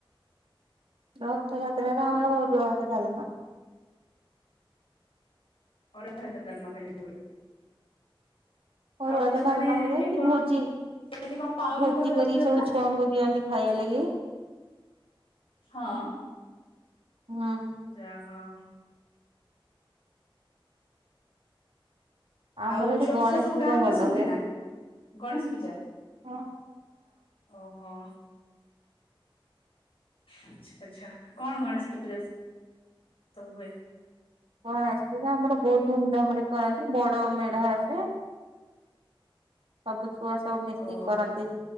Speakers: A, on the right; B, on the left.
A: ରଥଯାତ୍ରାରେ ଆମର ଅରୁଆଭାତ ଡାଲମା।
B: ଅରୁଆଭାତ ଡାଲମା ଖାଲି ହୁଏ। ଆଉ
A: ଅରୁଆଭାତ
B: କିଛି
A: ଡାଲମା
B: ମାନେ
A: ହୁଏ
B: କେମିତି
A: କି
B: କଣ
A: ଭୋଜି?
B: କେମିତି କଣ ପାଳନ
A: ଭୋଜି
B: କର ରଥଯାତ୍ରା
A: କରି ସବୁ ଛୁଆଙ୍କୁ ଦିଅନ୍ତି ଖାଇବା ଲାଗି।
B: ହଁ?
A: ହୁଁ।
B: ଯା ହୋ
A: ଆମର
B: ଆଉ
A: ଏଠି
B: ଛୋଟ
A: ଗଣେଶ
B: ଛୁଆ ସବୁ
A: ପୂଜା
B: ଗାଁକୁ
A: ଭଲ
B: ଆସନ୍ତି
A: ହୁଏ।
B: ନା? ଗଣେଶ ପୂଜା
A: ହଁ
B: ଓହୋ। ଆଚ୍ଛା, ଆଚ୍ଛା, କଣ ଗଣେଶ ପୂଜା ରେ ସ-ସବୁ ହୁଏ?
A: ଗଣେଶ ପୂଜା ଆମର ବହୁତ ଧୁମଧାମ୍ ରେ କରନ୍ତି। ବଡ ମେଢ ଆସେ। ସବୁ ଛୁଆ ସବୁ ମିଶିକି
B: ଓହୋ
A: କରନ୍ତି।